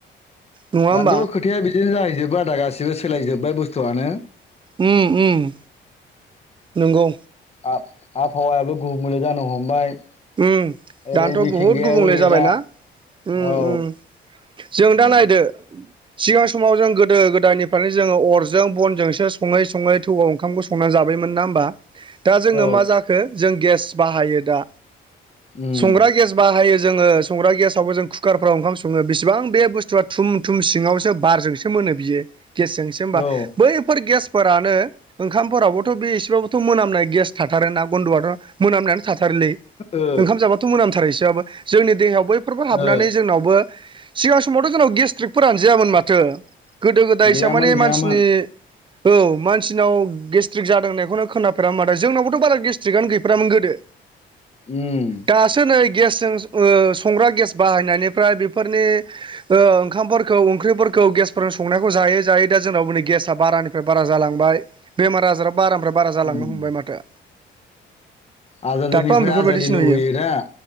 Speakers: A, on the right; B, on the left.
A: नङा
B: दाथ'
A: होमबा
B: खोथाया बिदिनो जाहैजोबबाय आदा गासिबो सोलायजोब्बाय बुस्थुआनो।
A: ओम ओम नंगौ।
B: आब आबहावायाबो गुबुंले जानो हमबाय।
A: उम
B: ओरै
A: दाथ'
B: मिथिंगायाबो
A: बहुद गुबुंले
B: गैला
A: जाबायना उम
B: औ
A: उम जों
B: उम
A: दा नायदो सिगां समाव जों गोदो गोदायनिफ्रायनो जोङो अरजों बनजोंसो सङै सङै थौआव ओंखामखौ सं संना जाबायमोन ना होमबा दा जोङो
B: औ
A: मा जाखो जों गेस बाहायो दा
B: उम
A: संग्रा गेस बाहायो जोङो संग्रा गेसावबो जों कुकारफ्राव ओंखाम सङो बेसिबां बे बुस्थुआ थुम थुम सिङावसो बारजोंसो मोनो बियो गेसजों होनबा
B: औ
A: बैफोर गेसफोरानो ओंखामफोरावबोथ' बे एसेबाबोथ' मोनामनाय गेस थाथारो ना बन्द'आथ' मोनामनानै थाथारलै
B: ओ
A: ओंखाम जाबाथ' मोनामथारो इसेबाबो जोंनि देहायाव बैफोरबो हाबनानै
B: ओ
A: जोंनावबो सिगां समावथ' जोंनाव गेस्ट्रिकफोरानो जायामोन माथो गोदो गोदायसो
B: गैयामोन
A: माने
B: गैयामोन
A: मानसिनि औ मानसिनाव गेस्ट्रिक जादोंनायखौनो खोनाफेरामोन माथो जोंनावबोथ' बारा गेस्ट्रिकआनो गैफेरामोन गोदो।
B: ओम
A: दासो नै गेसजों संग्रा गेस बाहायनायनिफ्राय बेफोरनि ओंखामफोरखौ ओंख्रिफोरखौ गेसफोरजों संनायखौ जायै जायै दा जोंनाव नै गेसाआ बारानि फ्राय बारा जालांबाय बेमार आजाराबो बारानिफ्राय बारा जालांनो
B: उम
A: हमबाय माथो।
B: आजादिनिफ्राय
A: दाथ' आं बेफोरबायदिसो
B: आजादि लुबैयो
A: नुयो
B: दा।